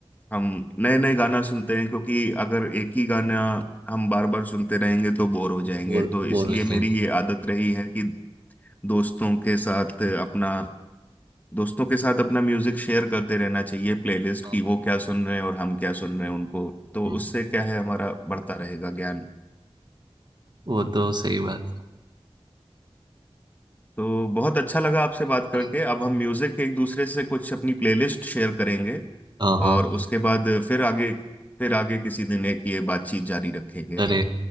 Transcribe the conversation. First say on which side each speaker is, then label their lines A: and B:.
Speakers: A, on the left; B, on the right.
A: हम नए नए गाना सुनते हैं क्योंकि अगर एक ही गाना हम बार बार सुनते रहेंगे तो बोर हो
B: वो
A: जाएंगे
B: बोर
A: तो इसलिए
B: बोर हो जाएंगे
A: मेरी ये आदत रही है कि दोस्तों के साथ अपना दोस्तों के साथ अपना म्यूजिक शेयर करते रहना चाहिए प्लेलिस्ट
B: हाँ
A: की वो
B: हाँ,
A: क्या सुन रहे हैं और हम क्या सुन रहे हैं उनको तो
B: हम्म,
A: उससे क्या है हमारा बढ़ता रहेगा ज्ञान
B: वो तो सही बात है
A: तो बहुत अच्छा लगा आपसे बात करके
B: हाँ
A: अब हम म्यूजिक एक दूसरे से कुछ अपनी प्लेलिस्ट शेयर करेंगे
B: हाँ हाँ,
A: और उसके बाद फिर आगे फिर आगे किसी दिन एक ये बातचीत जारी रखेंगे
B: अरे